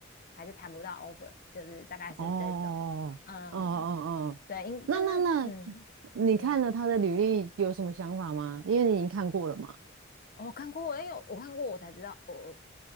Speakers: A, on the left; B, on the right.
A: 还是谈不到 offer？就是大概是这种，
B: 哦哦哦哦，
A: 嗯，对，因就是嗯，
B: 那那那，你看了他的履历有什么想法吗？
A: 你
B: 因为你已经看过了嘛。
A: 我看过，因为我看过，我才知道，我我